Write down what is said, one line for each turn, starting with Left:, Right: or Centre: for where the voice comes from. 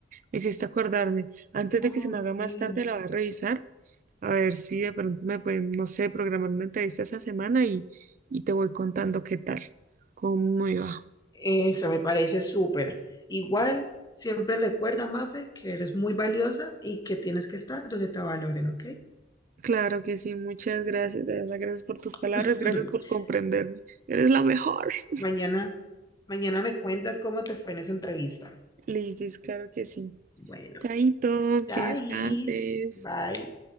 Right: Me hiciste acordarme. Antes
Left: Ah,
Right: de que se me
Left: ok.
Right: haga más tarde, la voy a revisar. A ver si de pronto me pueden, no sé, programar una entrevista esa semana y, y te voy contando qué tal, cómo iba.
Left: Eso me parece súper. Igual, siempre recuerda, Mafe, que eres muy valiosa y que tienes que estar donde te valoren, ¿ok?
Right: Claro que sí, muchas gracias. De verdad, gracias por tus palabras,
Left: <laughs>
Right: gracias por comprenderme. Eres la mejor. <laughs>
Left: Mañana, mañana me cuentas cómo te fue en esa entrevista.
Right: Liz, claro que sí.
Left: Bueno,
Right: Chaito,
Left: chais,
Right: que descanses.
Left: bye.